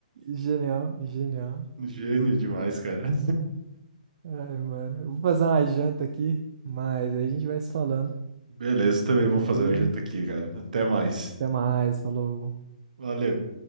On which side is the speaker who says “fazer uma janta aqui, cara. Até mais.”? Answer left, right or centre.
Right